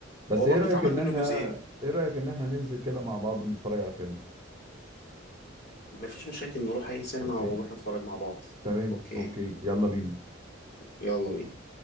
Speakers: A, on the right (about 20°); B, on the left (about 50°).
A: بس
B: هو برضو
A: ايه رايك
B: اتعمل
A: ان
B: منه
A: احنا
B: جزئين
A: ايه رايك ان احنا ننزل كده مع بعض ونتفرج على فيلم
B: مفيش مشاكل نروح اي سينما
A: اوكي
B: ونروح نتفرج مع بعض
A: تمام
B: اوكي
A: اوكي يلا بينا
B: يلا بينا